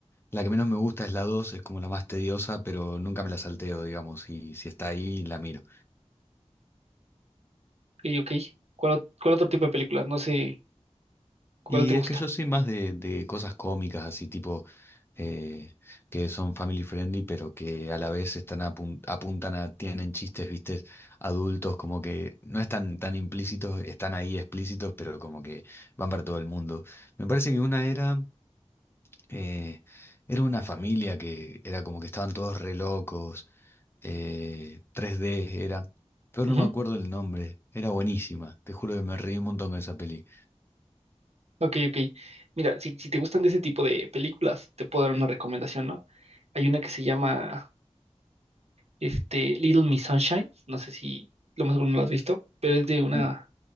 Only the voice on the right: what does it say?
ok. ¿Cuál, ot- cuál otro tipo de películas? No sé cuál
te gusta.
Ujú.
Ok, ok. Mira, si, si te gustan de ese tipo de películas, te puedo dar una recomendación, ¿no? Hay una que se llama este, Little Miss Sunshine. No sé si lo más seguro no la has visto, pero es de una